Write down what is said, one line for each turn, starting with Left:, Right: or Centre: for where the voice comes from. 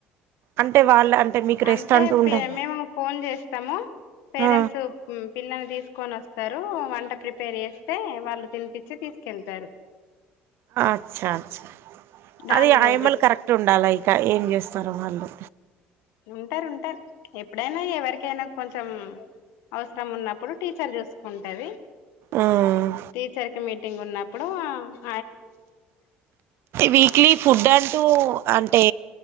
Right: అంటే వాళ్ళ అంటే మీకు
Left: అంటే
Right: రెస్ట్ అంటూ ఉండదు
Left: మేము ఫోన్ చేస్తాము పేరెంట్స్
Right: ఆ
Left: పిల్లని తీసుకొని వస్తారు వంట ప్రిపేర్ చేస్తే వాళ్ళు తినిపచ్చి తీసుకెళ్తారు
Right: అచ్చ అచ్చ
Left: రాని
Right: అది ఆయమ్మలు
Left: రోజు
Right: కరెక్ట్ ఉండాలా ఇక ఏం చేస్తారు వాళ్ళు
Left: ఉంటారు ఉంటారు ఎప్పుడైనా ఎవరికైనా కొంచెం అవసరం ఉన్నప్పుడు టీచర్ చూసుకుంటది
Right: మ్మ్
Left: టీచర్ కి మీటింగ్ ఉన్నప్పుడు అప్పుడు
Right: విక్లీ ఫుడ్ అంటూ అ అంటే